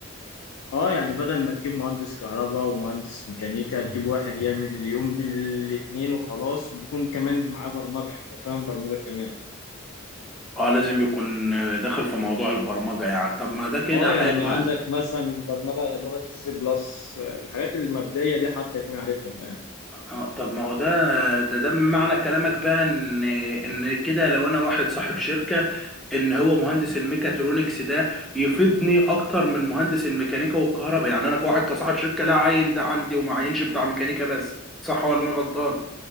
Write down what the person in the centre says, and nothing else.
اه لازم يكون آه، داخل في موضوع البرمجة يعني طب ما ده كده
حلو
اه طب ما هو ده ده ده معنى كلامك بقى ان ان كده لو انا واحد صاحب شركة ان هو مهندس الميكاترونكس ده يفيدني اكتر من مهندس الميكانيكا والكهرباء يعني انا كواحد كصاحب شركة لا عين ده عندي وما عينش بتاع ميكانيكا بس صح ولا انا غلطان